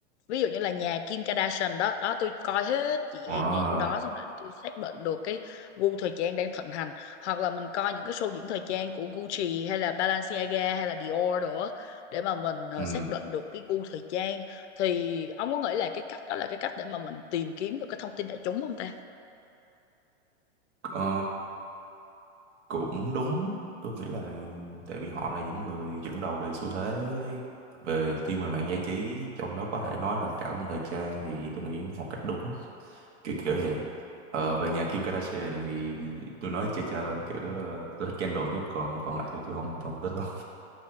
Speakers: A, on the left; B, on the right.
A: ví dụ như là nhà Kim Kardashian đó đó tôi coi hết chị
B: họ
A: em nhà trong đó xong rồi tôi xác định được cái gu thời trang đang thịnh hành hoặc là mình coi những cái show diễn thời trang của Gucci hay là Balenciaga hay là Dior nữa để mà mình ờ,
B: ừ
A: xác định được cái gu thời trang thì ông có nghĩ là cái cách đó là cái cách để mà mình tìm kiếm được cái thông tin đại chúng không ta
B: ờ, cũng đúng tôi nghĩ là tại vì họ là những người dẫn đầu về xu thế về thiên về mạng giải trí trong đó có thể nói là cả luôn thời trang thì tôi nghĩ một cách đúng kiểu kiểu vậy ờ, về nhà Kim Kardashian thì tôi nói chơi chơi thôi kiểu ờ, tôi thích Kendall nhất còn còn lại thì tôi không không thích lắm